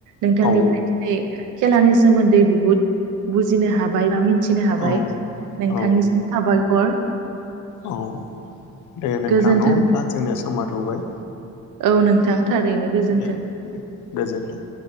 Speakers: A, on the right; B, on the left.
A: नोंथांनिफ्राय
B: औ
A: दिनै खेलानि सोमोन्दै बुहुद बुजिनो हाबाय बा मिथिनो हाबाय
B: औ
A: नोंथांनिसिम
B: औ
A: साबायख'र
B: औ दे नोंथां
A: गोजोन्थों
B: न होमब्ला जोंनिया समथ'बाय
A: औ नोंथां थारैनो। गोजोन्थों
B: दे दे गोजोन्थों।